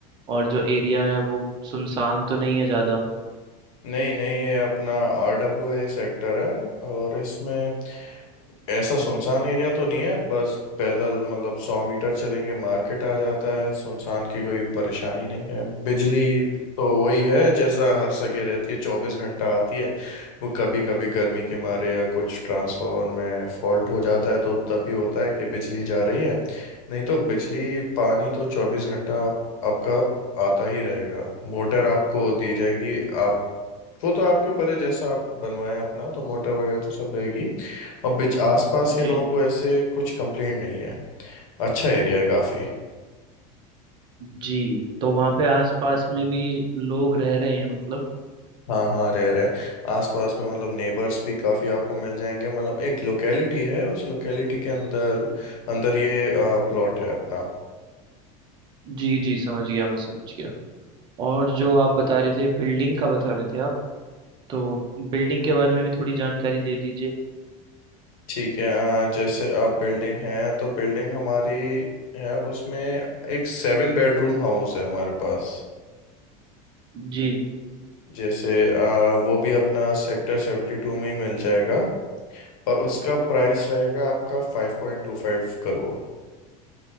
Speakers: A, on the right; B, on the left.
A: और जो एरिया है वो सुनसान तो नहीं है ज़्यादा
B: नहीं नहीं ये अपना आरडब्ल्यूए सेक्टर है और इसमें ऐसा सुनसान एरिया तो नहीं है बस पैदल मतलब सौ मीटर चलेंगे मार्केट आ जाता है सुनसान की कोई परेशानी नहीं है बिजली तो वही है जैसा हर जगह रहती है चौबीस घंटा आती है वो कभी कभी गर्मी के मारे या कुछ ट्रांसफार्मर में फॉल्ट हो जाता है तो तभी होता है कि बिजली जा रही है नहीं तो बिजली पानी तो चौबीस घंटा आपका आता ही रहेगा मोटर आपको दी जाएगी आप वो तो आपके ऊपर है जैसा आप बनवाएं अपना तो मोटर वगैरह तो सब रहेगी और बिच आसपास के
A: जी
B: लोगों
A: जी
B: को ऐसे कुछ कंप्लेंट नहीं है अच्छा एरिया है काफ़ी
A: जी तो वहाँ पे आसपास में भी लोग रह रहे हैं मतलब
B: हाँ हाँ रह रहे आसपास में मतलब नेबर्स भी काफ़ी आपको मिल जाएंगे मतलब एक लोकेलिटी है उस लोकेलिटी के अंदर अंदर ये प्लॉट है अपना
A: जी जी समझ गया मैं समझ गया और जो आप बता रहे थे बिल्डिंग का बता रहे थे आप तो बिल्डिंग के बारे में भी थोड़ी जानकारी दे दीजिए
B: ठीक है अ, जैसे आप बिल्डिंग है तो बिल्डिंग हमारी है उसमें एक सेवन बेडरूम हाउस है हमारे पास
A: जी
B: जैसे अ, वो भी अपना सेक्टर सेवेंटी टू में ही मिल जाएगा और उसका प्राइस रहेगा आपका फाइव पॉइंट टू फाइव करोड़